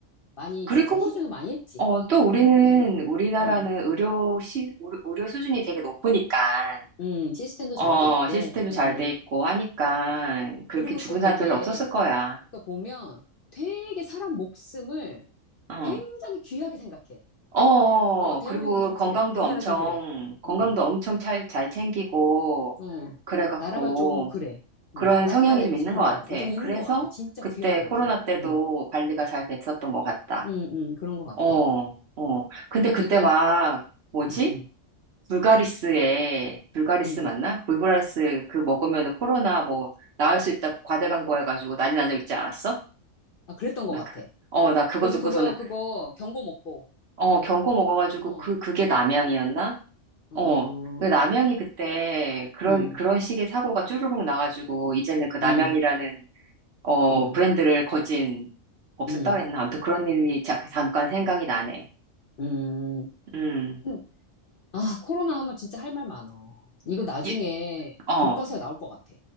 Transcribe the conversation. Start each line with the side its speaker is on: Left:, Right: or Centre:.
Left: 많이
Right: 그리고,
Left: 진짜 희생을
Right: 뭐,
Left: 많이 했지.
Right: 어, 또 우리는,
Left: 음, 음,
Right: 우리나라는
Left: 음,
Right: 의료 시, 의료 의료 수준이 되게 높으니까,
Left: 음, 시스템도
Right: 어,
Left: 잘 돼 있고.
Right: 시스템도
Left: 음.
Right: 잘 돼 있고 하니까, 그렇게
Left: 그리고
Right: 죽은
Left: 또 되게,
Right: 사람 별로 없었을 거야.
Left: 그러니까 보면 되게 사람 목숨을
Right: 어.
Left: 굉장히 귀하게 생각해.
Right: 어, 어.
Left: 어, 대한민국이
Right: 그리고
Left: 좀
Right: 건강도
Left: 그래. 우리나라
Right: 엄청,
Left: 좀 그래.
Right: 건강도
Left: 어,
Right: 엄청 잘, 잘 챙기고,
Left: 어.
Right: 그래갖고,
Left: 나라가 좀 그래.
Right: 그런
Left: 음, 다른
Right: 성향이
Left: 나라에
Right: 좀
Left: 비해서
Right: 있는
Left: 좀 그런
Right: 것 같아.
Left: 것 같아. 어, 좀 있는
Right: 그래서
Left: 것 같아. 진짜
Right: 그때
Left: 귀하게 여겨.
Right: 코로나 때도
Left: 음,
Right: 관리가 잘 됐었던 것 같다.
Left: 음, 음, 그런 것 같아.
Right: 어, 어. 근데
Left: 그
Right: 그때
Left: 되게,
Right: 막, 뭐지?
Left: 음,
Right: 불가리스에, 불가리스
Left: 음.
Right: 맞나? 불가리스 그 먹으면 코로나 뭐, 나을 수 있다고 과대광고 해가지고 난리 난 적 있지 않았어?
Left: 아, 그랬던
Right: 나,
Left: 것 같아.
Right: 그- 어, 나 그거
Left: 그래서
Right: 듣고서는,
Left: 그거, 그거 경고 먹고,
Right: 어, 경코 먹어가지고
Left: 어,
Right: 그, 그게 남양이었나?
Left: 어,
Right: 어. 그 남양이 그때 그런,
Left: 음,
Right: 그런 식의 사고가 쭈루룩 나가지고, 이제는 그 남양이라는,
Left: 음,
Right: 어,
Left: 음,
Right: 브랜드를 거진 없앴다
Left: 음,
Right: 그랬나? 아무튼 그런 일이 자- 잠깐 생각이 나네.
Left: 음.
Right: 음.
Left: 음. 아, 코로나 하면 진짜 할 말 많어. 이거 나중에
Right: 예, 어.
Left: 교과서에 나올 것 같아.